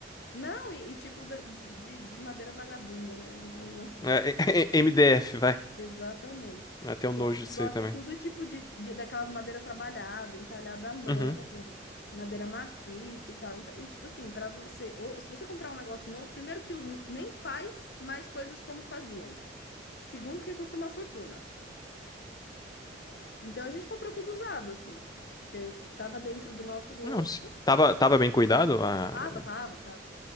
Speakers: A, on the left; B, on the left.
A: Não, e, e tipo da- de, de, de madeira vagabunda, né? Vamos- vamos- <laughs>
B: É, é, é, MDF, <laughs> vai.
A: Exatamente.
B: Até um
A: E
B: nojo
A: a gente
B: disso
A: gosta
B: aí também.
A: tudo tipo de, de- daquelas madeira trabalhada, entalhada à mão,
B: Uhum.
A: madeira maciça e tal. Então, e tipo assim, para você, ou se você comprar um negócio novo, primeiro que os- nem faz mais coisas como faziam. Segundo que custa uma fortuna. Então a gente comprou tudo usado, assim, porque tava dentro do nosso gosto.
B: Não, se- tava, tava bem cuidado? Ah,
A: Tava,
B: é.
A: tava, tava.